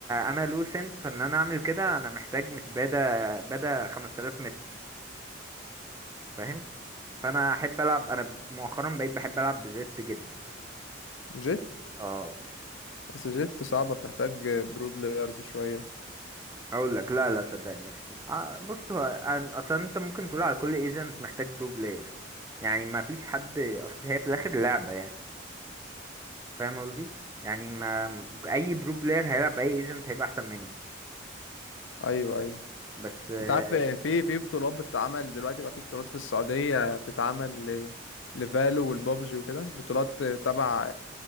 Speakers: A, on the right; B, on the left.
A: انا لو سنس فان انا اعمل كده انا محتاج مش بادا بادا 5000 متر فاهم فانا احب العب انا مؤخرا بقيت بحب العب بجيت جدا
B: جيت
A: اه
B: بس جيت صعبه بتحتاج برو بلايرز شويه
A: اقول لك لا لا صدقني مش آه، بص هو أنا- اصلا انت ممكن تقول على كل ايجنت محتاج برو بلاير يعني ما فيش حد اصل هي في الاخر لعبة يعني فاهم قصدي يعني ما اي برو بلاير هيلعب اي ايجنت هيبقى احسن مني
B: ايوه ايوه
A: بس آه،
B: انت عارف في في بطولات بتتعمل دلوقتي بقى في بطولات في السعوديه بتتعمل ل- لفالو والبابجي وكده بطولات تبع